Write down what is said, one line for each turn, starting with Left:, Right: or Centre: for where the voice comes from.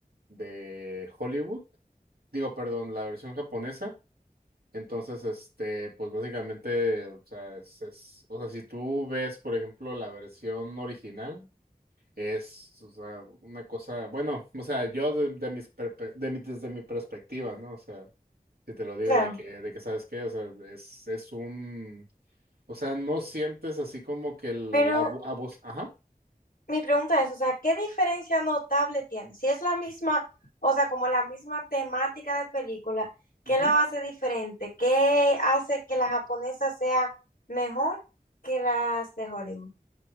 Right: de Hollywood. Digo, perdón, la versión japonesa. Entonces, este, pues, básicamente, o sea, es, es- o sea, si tú ves, por ejemplo, la versión original, es, o sea, una cosa, bueno, o sea, yo de, de mis, perpe- de mi- desde mi perspectiva, ¿no? O sea. Si te lo digo
Left: claro.
Right: de que, de que sabes qué, o sea, es, es un, o sea, no sientes así como que el
Left: Pero
Right: abu- abus, ajá.
Left: mi pregunta es, o sea, ¿qué diferencia notable tiene? Si es la misma, o sea, como la misma temática de película, ¿qué
Right: ujú.
Left: lo hace diferente? ¿Qué hace que la japonesa sea mejor que las de Hollywood?